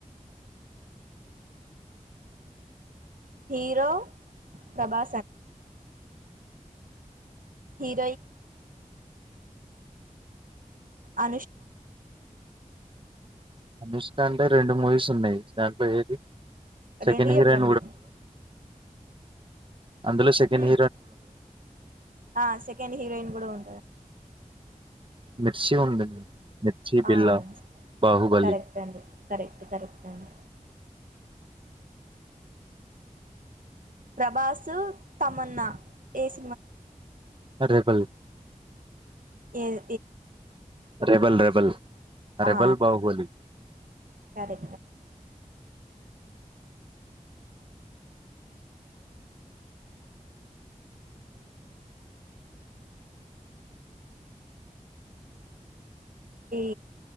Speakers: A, on the right; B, on the right.
A: హీరో ప్రభాస్ండీ
B: మ్
A: హీరోయిన్
B: మ్
A: అనుష్క
B: దుష్ట అంటే రెండు మూవీస్ ఉన్నాయి. దాంట్లో ఏది సెకండ్
A: రెండు చెప్పండి
B: హీరోయిన్ కూడా ఉంటదా అందులో సెకండ్
A: ఉహుం.
B: హీరోయిన్ కూడా ఉంటదా
A: ఆ సెకండ్ హీరోయిన్ కూడా ఉంటదండి.
B: మిర్చి ఉంది. మిర్చి, బిల్లా,
A: ఆ అవును
B: బాహుబలి
A: కరెక్ట్ అండి కరెక్ట్ కరెక్ట్ అండి ప్రభాసు, తమన్న ఏ సినిమా తీశారండి.
B: రెబల్
A: ఏ ఏ సినిమా అండి.
B: రబల్ రెబల్ రెబల్ రెబల్
A: ఆ
B: బాహుబలి
A: సరే ఈ